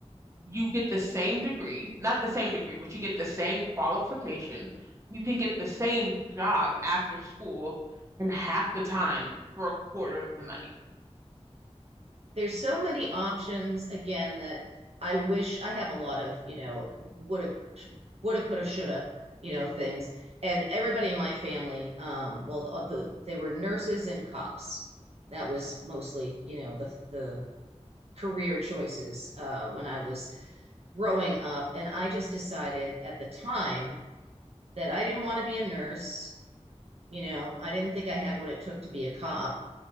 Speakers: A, on the right; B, on the right.
A: you get the same degree, not the same degree, but you get the same qualification. You can get the same job after school in half the time for a quarter of the money.
B: there's so many options again that I wish I have a lot of, you know, woulda, woulda, coulda, shoulda, you know, things. And everybody in my family, um, well, the, the, they were nurses and cops. That was mostly, you know, the the career choices uh, when I was growing up. And I just decided at the time that I didn't want to be a nurse. You know, I didn't think I had what it took to be a cop